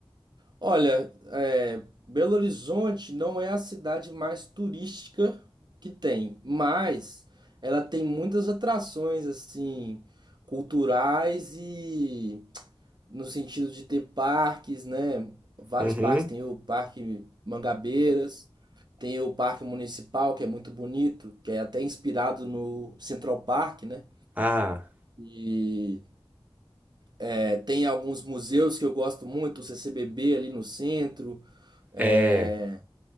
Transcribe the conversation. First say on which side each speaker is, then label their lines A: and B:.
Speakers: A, on the right; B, on the right.
A: Olha, é, Belo Horizonte não é a cidade mais turística que tem, mas ela tem muitas atrações, assim, culturais e no sentido de ter parques, né? Vários
B: Uhum.
A: parques, tem o Parque Mangabeiras. Tem o Parque Municipal, que é muito bonito, que é até inspirado no Central Park, né?
B: Ah.
A: E é, tem alguns museus que eu gosto muito, o CCBB ali no centro, é,
B: É,